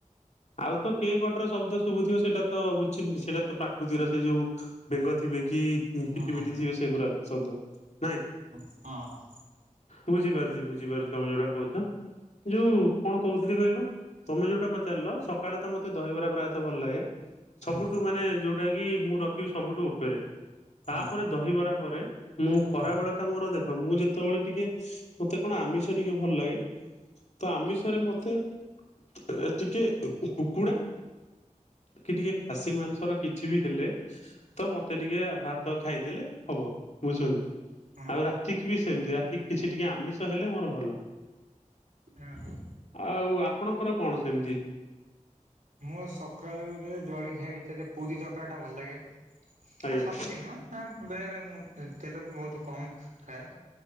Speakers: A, on the left; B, on the right.
A: ଆଉ ତ କେଁ କଟର ଶବ୍ଦ ଶୁଭୁଥିବ ସେଟା ତ ବୁଝି ସେଇଟା ତ ପ୍ରାକୃତିର ସେ ଯୋଉ ବେଙ୍ଗ ଥିବେ କି
B: ହଁ
A: କିଟି ମିିଟି ଥିବେ ସେଗୁରା ଶବ୍ଦ ନାଇଁ!
B: ହଁ ହଁ।
A: ବୁଝିପାରୁଛି ବୁଝିପାରୁଚି ତମେ ଯୋଉଟା କହୁଛ ଯୋଉ କଣ କହୁଥିଲି କହିଲ ତମେ ଯୋଉଟା ପଚାରିଲ ସକାଳେ ତ ମତେ ଦହିବାରେ ପ୍ରାୟତଃ ଭଲ ଲାଗେ ସବୁଠୁ
B: ହୁଁ
A: ମାନେ ଯୋଉଟା କି ମୁଁ ରଖିବି ସବୁଠୁ ଉପରେ
B: ହୁଁ
A: ତାପରେ ଦହିବରା ପରେ ମୁଁ ଖରାବେଳଟା
B: ହୁଁ
A: ମୋର ଦେଖ ମୁଁ ଯେ ସେତେବେଳେ ଟିକେ ମତେ କଣ ଆମିଷ ଟିକେ ଭଲ ଲାଗେ ତ ଆମିଷ ଥରେ ମତେ ଅ ଟିକେ କୁକୁଡ଼ା କି ଟିକେ ଖାସି ମାଂସର କିଛି ବି ହେଲେ ତ ମତେ ଟିକେ ଭାତ ଖାଇଦେଲେ ହବ ବୁଝୁଛନ୍ତି?
B: ହଁ
A: ଆଉ ରାତିକି ବି ସେମିତି ରାତିକି କିଛି ଟିକେ ଆମିଷ ହେଲେ ମୋର ଭଲ।
B: ଓହୋ।
A: ଆଉ ଆପଣଙ୍କର କଣ ସେମିତି?
B: ମୋର ସକାଳେ <unintelligible> ଜଳଖିଆ ଭିତରେ ପୁରୀ ତରକାରୀଟା ଭଲ ଲାଗେ
A: ଆଜ୍ଞା
B: ନା ସବୁଦିନ ନୁହଁ ନା ବେଳେ ବେଳେ ମୁଁ ତେଲକୁ ବହୁତ କମ ଖାଏ